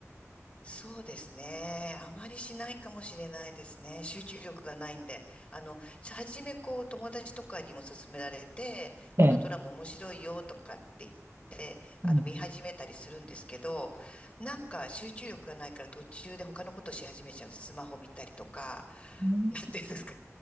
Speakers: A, on the left (about 25°); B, on the right (about 55°).
A: そうですね。あまりしないかもしれないですね。集中力がないんで。あの、初めこう友達とかにも勧められて、このドラマ面白いよとかって言って、
B: ええ。
A: あの、
B: うん
A: 見始めたりするんですけど、なんか集中力がないから途中で他のことし始めちゃうんです。スマホ見たりとか、
B: 飽
A: <laughs> なんていうんですか。